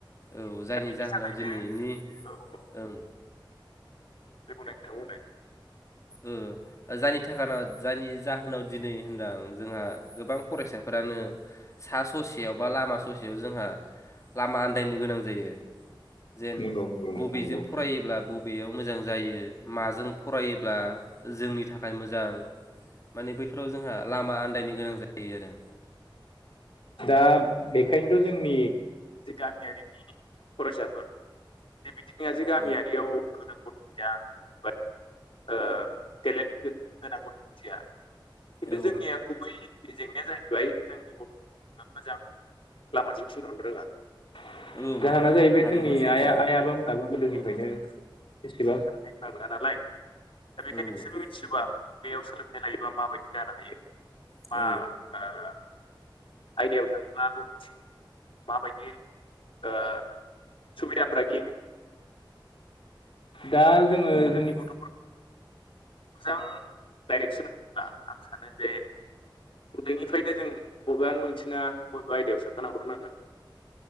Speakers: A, on the left; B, on the left.
A: औ जायनि
B: दा बेनि
A: जाहोनाव
B: थाखायनो
A: दिनैनि
B: औ औ
A: ओं
B: <unintelligible> नोंथां बुंनाय
A: ओ जायनि थाखायना जायनि जाहोनाव दिनै होनदां जोंहा गोबां फरायसाफोरानो सा ससेयाव बा लामा ससेयाव जोंहा लामा आन्दायनो गोनां जायो। जेन
B: नंगौ नंगौ नोंथां
A: बबेजों
B: नंगौ
A: फरायोब्ला बबेयाव मोजां जायो माजों फरायो ब्ला जोंनि थाखाय मोजां माने बैफोराव जोंहा लामा आन्दायनो गोनां जायो आरो।
B: दा बेखायनोथ' जोंनि जे गामियारिनि फरायसाफोर बे बिदिनोया जे गामियारियाव
A: औ
B: गोरों गथ' गैया बाट ओ टेलेन्ट गोनां गथ' सासेया <unintelligible> खिन्थु
A: औ
B: जोंनिया गुबै जेंनाया जाहैबाय जोंनि गथ'फोरखौ जोङो मोजां लामाजों थिनहरनो रोङा <unintelligible>
A: औ
B: जाहोना
A: नोंथां
B: जाहैबाय
A: थारैनो
B: जोंनि
A: सैथो
B: आइ आइ आबामोनहाबो गोदोनिफ्रायनो बेसेबां गोरों गोरा नोङा दा बेखायनो
A: औ
B: बिसोरबो सोरबा बेयाव सोलोंथाइ लायोबा माबायदि जानो हायो
A: औ
B: मा ओ आयदायाव थाङोब्ला बबेथिं माबायदि ओ सुबिदाफोरा गेङो दा जोङो
A: औ
B: जोंनि गथ' मोजां डाइरेक्सन होनोब्ला आं सानो जे उन्दैनिफ्रायनो जों बबेबा मोनसे नङा बबेबा आयदायाव सोथारना हरखानांगोन।